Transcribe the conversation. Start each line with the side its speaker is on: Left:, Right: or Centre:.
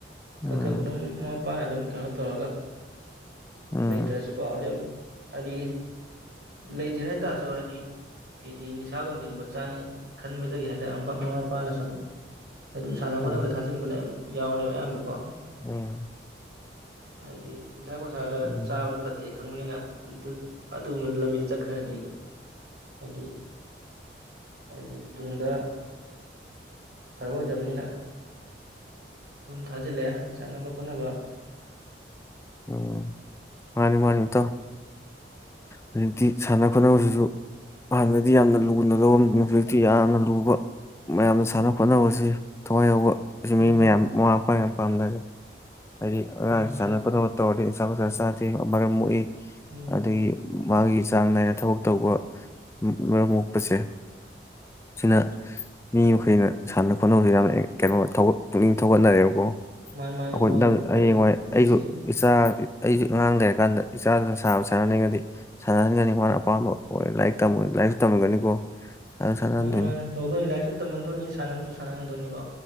Left: ꯎꯝ
Right: ꯀ ꯀ ꯑꯗꯨꯝ ꯃꯥ ꯏꯄꯥꯅ ꯑꯗꯨꯝ ꯀꯩꯅꯣ ꯇꯧꯔꯒ
Left: ꯎꯝ
Right: ꯂꯩꯇꯔꯦꯁꯨꯀꯣ ꯍꯧꯖ ꯍꯥꯏꯗꯤ ꯂꯩꯇꯦ ꯍꯥꯏꯇꯥꯔꯁꯨ ꯍꯥꯏꯗꯤ ꯀꯦꯗꯤ ꯅꯤꯁꯥꯒꯨꯝꯕ ꯀꯩꯒꯨꯝꯕ ꯆꯥꯅꯤ ꯈꯟꯕꯗꯒꯤ ꯍꯥꯏꯇꯥꯔꯦ ꯃꯃꯥ ꯃꯄꯥꯅ ꯁꯨꯝ ꯑꯩ ꯑꯗꯨꯝ ꯁꯥꯟꯅ ꯈꯣꯠꯅꯕꯗ
Left: ꯎꯝ
Right: ꯊꯥꯖꯤꯟꯕꯅ ꯌꯥꯎꯔꯦꯕ ꯑꯌꯥꯝꯕꯀꯣ
Left: ꯎꯝ
Right: ꯍꯥꯏꯗꯤ ꯅꯤꯁꯥꯒꯁꯥꯗ
Left: ꯎꯝ
Right: ꯆꯥꯕꯗꯤ ꯐꯠꯇꯦ ꯈꯪꯕꯅꯤꯅ ꯑꯗꯨꯒꯨꯝꯕ ꯂꯝꯕꯤꯗ ꯆꯠꯈ꯭ꯔꯗꯤ ꯍꯥꯏꯗꯤ ꯍꯥꯏꯗꯤ ꯇꯨꯡꯗ ꯐꯔꯛꯑꯣꯏꯗꯕꯅꯤꯅ ꯑꯗꯨꯝ ꯊꯥꯖꯤꯜꯂꯛꯑꯦ ꯁꯥꯟꯅꯕ ꯈꯣꯠꯅꯕ
Left: ꯎꯝ ꯃꯥꯅꯤ ꯃꯥꯅꯤ ꯃꯇꯧ ꯍꯧꯖꯤꯛꯇꯤ ꯁꯥꯟꯅ ꯈꯣꯠꯅꯕꯁꯤꯁꯨ ꯍꯥꯟꯅꯗꯤ ꯌꯥꯝꯅ ꯂꯨꯅ ꯂꯧꯔꯝꯗꯅꯤ ꯍꯧꯖꯤꯛꯇꯤ ꯌꯥꯝꯅ ꯂꯨꯕ ꯃꯌꯥꯝꯅ ꯁꯥꯟꯅ ꯈꯣꯠꯅꯕꯁꯤ ꯊꯋꯥꯏ ꯌꯥꯎꯕ ꯑꯁꯤ
Right: ꯎꯝ
Left: ꯃꯤ ꯃꯌꯥꯝ ꯃꯃꯥ ꯃꯄꯥ ꯃꯌꯥꯝ ꯄꯥꯡꯒꯜ ꯍꯥꯏꯗꯤ ꯑ
Right: ꯃꯥꯅꯤ ꯃꯥꯅꯤ
Left: ꯆꯥꯟꯅ ꯈꫭꯠꯅꯕ ꯇꯧꯔꯗꯤ ꯅꯤꯁꯥ ꯄꯨꯁꯥ ꯆꯥꯗꯦ ꯃꯔꯝ ꯃꯣꯛꯏ
Right: ꯎꯝ
Left: ꯑꯗꯒꯤ ꯃꯥꯒꯤ ꯆꯥꯡ ꯅꯥꯏ ꯊꯕꯛ ꯇꯧꯕ ꯃꯔꯝ ꯃꯣꯛꯄꯁꯦ ꯁꯤꯅ ꯃꯤ ꯃꯈꯩꯅ ꯁꯥꯟꯅ ꯈꯣꯠꯅꯕ ꯌꯥꯝꯅ ꯀꯩꯅꯣ ꯄꯨꯛꯅꯤꯡ ꯊꯧꯒꯠꯅꯔꯦꯕꯀꯣ
Right: ꯃꯥꯅꯤ ꯃꯥꯅꯤ
Left: ꯑꯩꯈꯣꯏ
Right: ꯊꯣꯛꯅ
Left: ꯅꯪ
Right: ꯑꯗꯨ
Left: ꯍꯌꯦꯡꯋꯥꯏ
Right: ꯐꯩ
Left: ꯑꯩꯁꯨ
Right: ꯃꯁꯤ
Left: ꯏꯆꯥ ꯑꯩꯁꯨ ꯑꯉꯥꯡ ꯂꯩꯔꯀꯥꯟꯗ ꯏꯆꯥꯗꯨꯅ ꯁꯥꯕ ꯁꯥꯟꯅꯅꯤꯡꯉꯗꯤ ꯁꯥꯟꯅꯍꯟꯒꯅꯤ ꯃꯥꯅ ꯑꯄꯥꯝꯕ ꯑꯣꯏꯔꯦ ꯂꯥꯏꯔꯤꯛ ꯇꯝꯕ ꯑꯣꯏꯔꯦ ꯂꯥꯏꯔꯤꯛꯁꯨ ꯇꯝꯃꯒꯅꯤꯀꯣ ꯁꯥꯟꯅ ꯁꯥꯟꯅꯍꯟꯗꯣꯏꯅꯤ
Right: ꯃꯥꯟꯅꯤ-ꯃꯥꯟꯅꯤ ꯇꯧꯗꯣꯏꯅꯤ ꯂꯥꯏꯔꯤꯛꯁꯨ ꯇꯝꯍꯟꯗꯣꯏꯅꯤ ꯁꯥꯟꯅꯕꯁꯨ ꯁꯥꯟꯅꯍꯟꯗꯣꯏꯅꯤꯀꯣ